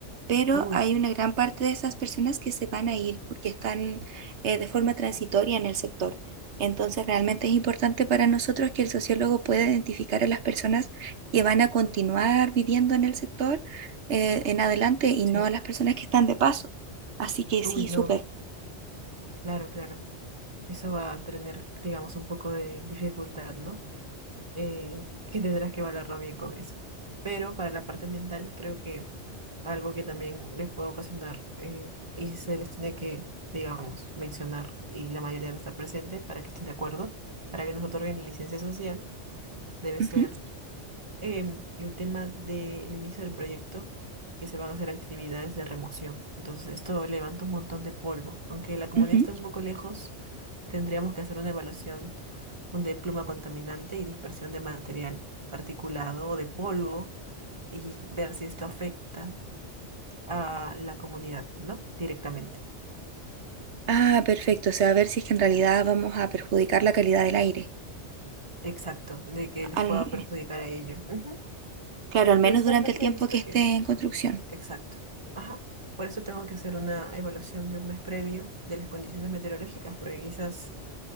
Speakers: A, on the right (about 70°); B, on the right (about 25°).
A: pero
B: Uy,
A: hay una gran parte de esas personas que se van a ir porque están eh, de forma transitoria en el sector. Entonces, realmente es importante para nosotros que el sociólogo pueda identificar a las personas que van a continuar viviendo en el sector eh, en adelante y
B: sí.
A: no a las personas que están de paso. Así que
B: Uy,
A: sí,
B: no.
A: súper.
B: Claro, claro. Eso va a tener, digamos, un poco de dificultad, ¿no? eh, que tendrás que valorarlo bien con eso. Pero para la parte ambiental, creo que algo que también les puede ocasionar eh, y se les tiene que, digamos, mencionar y la mayoría debe estar presente para que estén de acuerdo, para que nos otorguen la licencia social, debe
A: Ujú,
B: ser em, el tema del inicio del proyecto, que se van a hacer actividades de remoción. Entonces, esto levanta un montón de polvo. Aunque la comunidad
A: ujú.
B: esté un poco lejos, tendríamos que hacer una evaluación un de pluma contaminante y dispersión de material particulado o de polvo y ver si esto afecta a la comunidad, ¿no? Directamente.
A: Ah, perfecto. O sea, a ver si es que en realidad vamos a perjudicar la calidad del aire.
B: Exacto, de que les
A: Al-
B: pueda perjudicar a ello. Ujú.
A: claro, al
B: Ve,
A: menos
B: Usualmente
A: durante el tiempo
B: he visto
A: que esté
B: que
A: en construcción.
B: Exacto. Ajá. Por eso tengo que hacer una evaluación de un mes previo de las condiciones meteorológicas, porque quizás